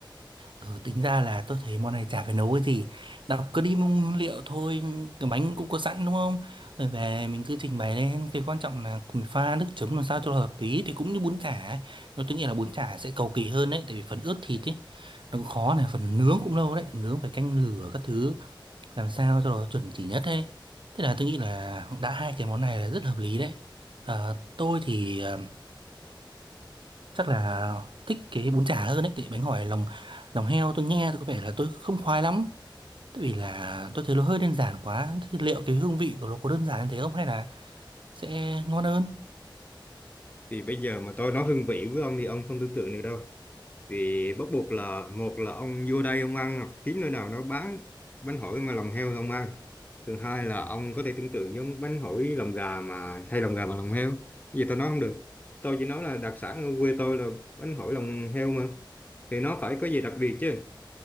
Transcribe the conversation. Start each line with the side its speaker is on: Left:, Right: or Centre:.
Right: ừ, Tính ra là tôi thấy món này chả phải nấu cái gì Đọc cứ đi mua nguyên liệu thôi Cái bánh cũng có sẵn đúng không Rồi về mình cứ trình bày lên Cái quan trọng là mình pha nước chấm làm sao cho hợp lý Thì cũng như bún chả Nhưng tôi nghĩ là bún chả sẽ cầu kỳ hơn đấy Tại vì phần ướp thịt ấy Nó cũng khó này Phần nướng cũng lâu đấy Nướng phải canh lửa các thứ Làm sao cho nó chuẩn chỉ nhất đấy Thế là tôi nghĩ là đã hai cái món này là rất hợp lý đấy Ờ, tôi thì ờ, chắc là thích cái bún chả hơn ấy tại bánh hỏi lòng lòng heo tôi nghe tôi có vẻ là tôi không khoái lắm tại vì là tôi thấy nó hơi đơn giản quá Thế liệu cái hương vị của nó có đơn giản như thế không hay là sẽ ngon hơn
Left: thì bây giờ mà tôi nói hương vị với ông thì ông không tưởng tượng được đâu thì bắt buộc là một là ông vô đây ông ăn hoặc kiếm nơi nào nó bán bánh hỏi mà lòng heo thì ông ăn thứ hai là ông có thể tưởng tượng giống bánh hỏi lòng gà mà thay lòng gà bằng lòng heo Cái gì tôi nói không được tôi chỉ nói là đặc sản ở quê tôi là bánh hỏi lòng heo mà thì nó phải có gì đặc biệt chứ